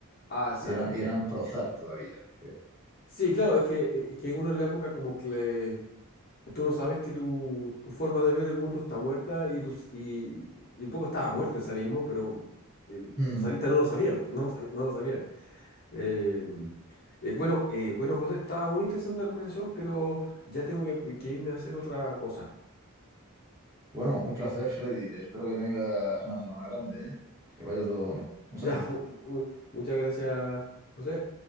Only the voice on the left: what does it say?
Ah, salvo.
Sí, claro, es que, e, es que uno en la época como que le- tú no sabes que tu, tu forma de ver el mundo está muerta y, tus, y, y un poco estaba muerto el zarismo, pero eh,
los zaristas no lo sabían, pues, no lo sabían, no lo sabían. Eh, eh, bueno, eh, bueno, José, estaba muy interesante la conversación, pero ya tengo que, que irme a hacer otra cosa. <laughs>
Ya, mu- mu- muchas gracias, José.